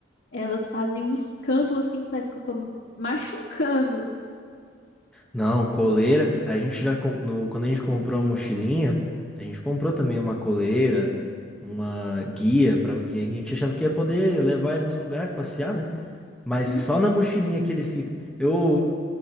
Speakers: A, on the left; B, in the centre.
A: elas fazem um escândalo assim que parece que eu tô machucando.
B: Não, coleira. A gente já. com- No, quando a gente comprou a mochilinha, a gente comprou também uma coleira, uma guia, pra, e a gente achava que ia poder levar ele nos lugares, passear, né? Mas
A: Uhum.
B: só na mochilinha que ele fica. Eu